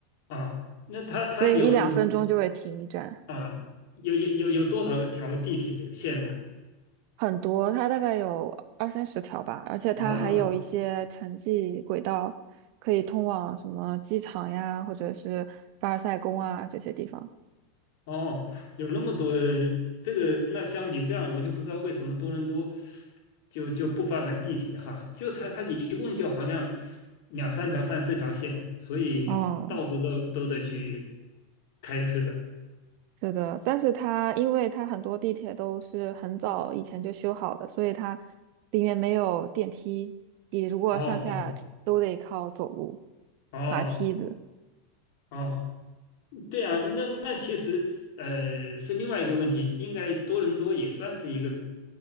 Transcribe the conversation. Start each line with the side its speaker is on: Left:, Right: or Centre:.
Left: 啊，那它它有有
Right: 所以一两分钟就会停一站，
Left: 啊有有有有多少条地铁线呢、
Right: 很多，它大概有二三十条吧，而且它还有一些城际轨道，
Left: 哇
Right: 可以通往什么机场呀，或者是凡尔赛宫啊这些地方。
Left: 哦，有那么多这个，那相比这样，我就不知道为什么多伦多就就不发展地铁哈，就它它一共就好像两三条、三四条线，所以到处都都得去
Right: 哦，
Left: 开车。
Right: 是的，但是它因为它很多地铁都是很早以前就修好的，所以它里面没有电梯，你如果上下都得靠走路、
Left: 哦哦哦
Right: 爬梯子。
Left: 哦。对啊，那那其实呃是另外一个问题，应该多伦多也算是一个